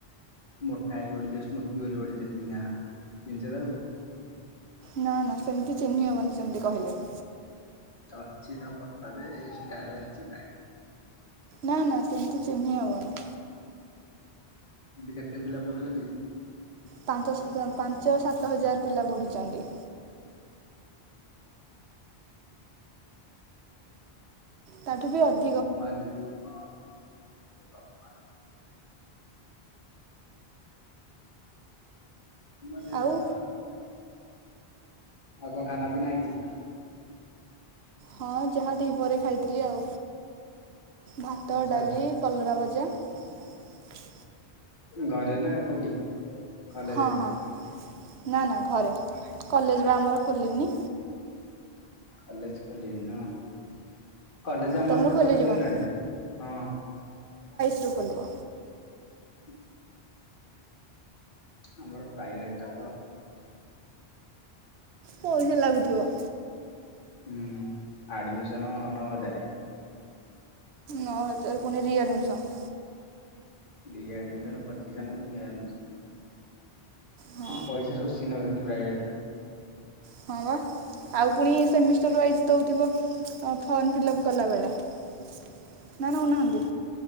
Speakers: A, on the left; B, on the right.
A: ମୋଟା ହେଇକି ଗୋଟେ ଝିଅ ସ୍ମୃତି ବୋଲି ଗୋଟେ ଚିହ୍ନା ଚିହିଁଛ ତାକୁ?
B: ନା ନା ସେମତି ଚିହ୍ନି ହବନି ସେମତି କହିଲେ।
A: ଚଛି ତା ଫୋଟୋ ଯେ ଇଷ୍ଟଟାରେ ଅଛି ଆଇ ଡି।
B: ନା ନା ସେମିତି ଚିହ୍ନି ହବନି।
A: ଏମିତି କେତେ ପିଲା ପଠୁଛନ୍ତିି?
B: ପାଞ୍ଚ ସାତ ପାଞ୍ଚ ସାତ ହଜାର ପିଲା ପଢ଼ୁଛନ୍ତି। ତାଠୁ ବି ଅଧି
A: ଉମା ଦେବୀ ହଁ ର ଆଜ୍ ଉମା ଦେବୀ
B: ଆଉ
A: ଟା ଆଉ କଣ ଖାନା ପିନା ହେଈଛି?
B: ହଁ ଯାହା ଦି ପହରେ ଖାଇଥିଲି ଆଉ ଭାତ
A: ଆଚ୍ଛା
B: ଡାଲି କଲରା ଭଜା ଅଜା
A: ଘରେ ନା କୋଉଠି? କଲେଜରେ
B: ହଁ ହଁ ନା ନା ଘରେ କଲେଜ୍ ବା ଆମର ଖୋଲିନି।
A: କଲେଜ୍ ଖୋଲିନି ନାଁ କଲେଜ୍ ଆମ
B: ତମର
A: ଏପଟ
B: ଖୋଲିଯିବନି
A: ଖୋଲିଗଲାଣୀ ତ ହଁ
B: ରୁ ଖୋଲିବ
A: ଆଚ୍ଛା ଆମର ପ୍ରାଇଭେଟ୍ ଟା ତ
B: ପଇସା ଲାଗୁଥିବ।
A: ହୁଁ ଆଡ୍ ମିସନ ନଅ ହଜାର୍।
B: ନଅ ହଜାର୍ ପୁଣୀ ରୀ ଆଡ୍ ମିଶନ୍।
A: ଡି ଆଡ୍ ମିସନ୍ ପଚିସହ ନା ତିନି ହଜାର୍ ନା
B: ହଁ
A: ପଇସା ଶୋଷି ନୋଉଛନ୍ତୀ ପ୍ରାଇଭେଟ୍ ରେ
B: ହଁ ବା ଆଉ ପୁଣି ସେମିଷ୍ଟର ୱାଇଜ୍ ଦେଉଥିବ ଫର୍ମ ଫିଲ୍ଅପ୍ କଲା ବେଳେ। ନା ନା ଉନାହାନଦୀ